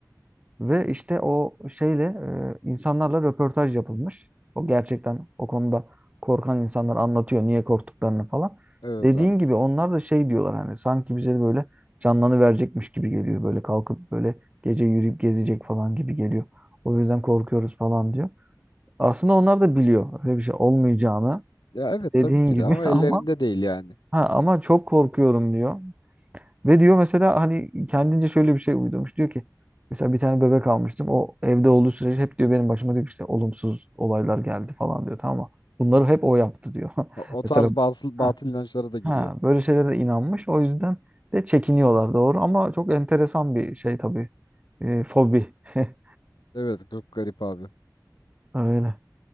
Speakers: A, on the right; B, on the left.
A: Ve işte o şeyle e, insanlarla röportaj yapılmış. O gerçekten o konuda korkan insanlar anlatıyor niye korktuklarını falan.
B: Evet
A: Dediğin
B: abi.
A: gibi onlar da şey diyorlar hani sanki bize de böyle canlarını verecekmiş gibi geliyor. Böyle kalkıp böyle gece yürüyüp gezecek falan gibi geliyor. O yüzden korkuyoruz falan diyor. Aslında onlar da biliyor öyle bir şey olmayacağını
B: Ya evet
A: dediğin
B: tabii ki
A: gibi
B: de ama
A: <laughs> ama
B: ellerinde değil yani.
A: ha, ama çok korkuyorum diyor. Ve diyor mesela hani kendince şöyle bir şey uydurmuş. Diyor ki mesela bir tane bebek almıştım. O evde olduğu sürece hep diyor benim başıma diyor ki işte olumsuz olaylar geldi falan diyor. Tamam mı? Bunları hep o yaptı diyor.
B: O
A: <laughs>
B: o
A: Mesela
B: tarz bazı
A: ha,
B: batıl inançlara da giriyor.
A: ha, böyle şeylere de inanmış. O yüzden de çekiniyorlar doğru ama çok enteresan bir şey tabii. Ee, fobi. <laughs>
B: Evet çok garip abi.
A: Öyle.